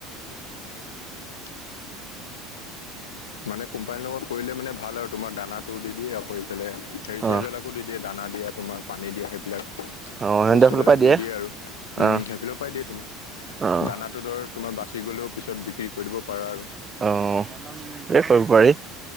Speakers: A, on the left; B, on the right.
A: <unintelligible> মানে কোম্পানীৰ লগত কৰিলে মানে ভাল আৰু তোমাৰ দানাটো দি দিয়ে আকৌ ইফালে', হেৰি চেৰি
B: অ
A: বিলাকো দি দিয়ে দানা দিয়া তোমাৰ পানী দিয়া সেইবিলাক',
B: অ সিহঁতৰ
A: বস্তুবিলাক
B: ফালৰ পৰা
A: দি দিয়ে আৰু উম',
B: অ',
A: সেইফিলৰ পাই দিয়ে তোমাক
B: অ',
A: দানা', সেইটো ধৰ তোমাৰ বাচি গ'লেও পিছত বিক্ৰী কৰিব পাৰা আৰু',
B: অ', এই কৰিব পাৰি?